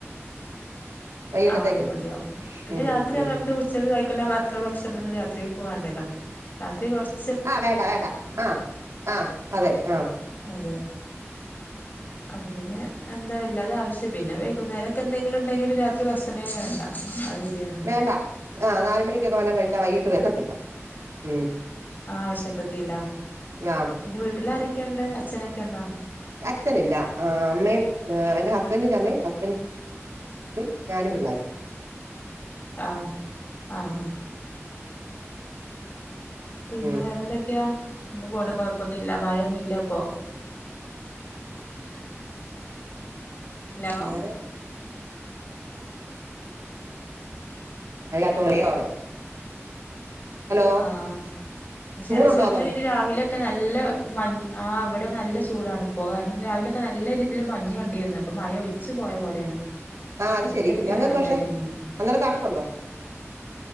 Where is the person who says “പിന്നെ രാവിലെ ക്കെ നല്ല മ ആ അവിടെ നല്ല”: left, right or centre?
Left